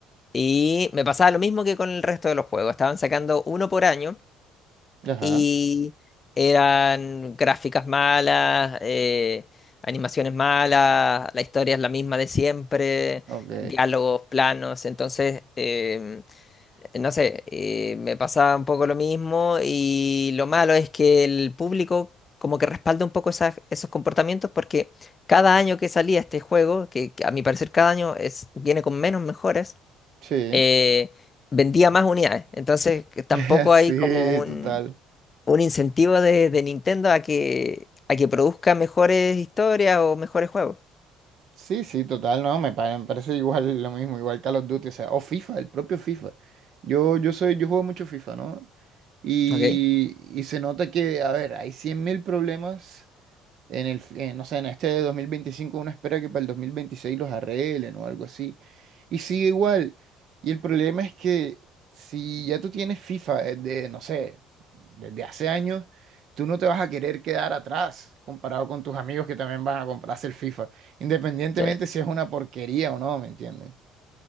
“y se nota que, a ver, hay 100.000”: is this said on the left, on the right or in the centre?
Right